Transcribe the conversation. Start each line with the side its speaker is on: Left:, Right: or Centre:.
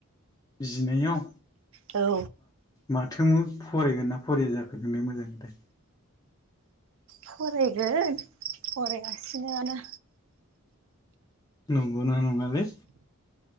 Left: जिनैयाव?
Right: औ
Left: माथो फरायगोन ना फराया जाखो नोंलाय मोजांथाय?
Right: फरायगोन फरायगासिनो आनो।
Left: नगौना नंआलै?